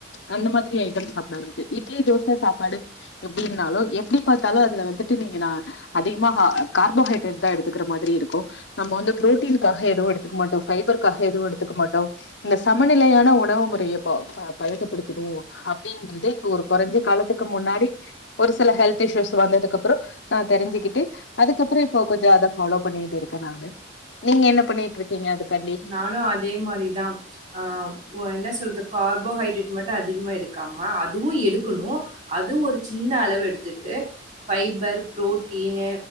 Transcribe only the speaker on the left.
அந்த மாதிரி ஐட்டம் சாப்டா ஆரமிச்சு இட்லி தோச சாப்பாடு எப்டி இர்னாலு எப்டி பாத்தாலு அதுல வந்து ட்டு நீங்க நா அதிகமாக கார்போஹைட்ரேட் தா எடுத்துக்கற மாதிரி இருக்கு நம்ப வந்து புரோட்டீன்காக எதுவு எடுத்துக்க மாட்டோ ஃபைபர்காக எதுவு எடுத்துக்க மாட்டோ இந்த சமநிலையான உணவு முறைய பயக்கப்படுத் த்தனு அப்டின்றதே இப்போ ஒரு கொறஞ்ச காலத்துக்கு முன்னாடி ஒரு சில ஹெல்த் இ்ஷ்யூஸ் வந்ததுக்கப் றம் நா தெரிஞ்சுக்கிட்டு அதுக்கப்பற இப்ப கொஞ்ச அத ஃபாலோ பண்ணிட்டு இருக்க நானு நீங்க என்ன பண்ணிட்டு இருக்கீங்க அதுக்காண்டி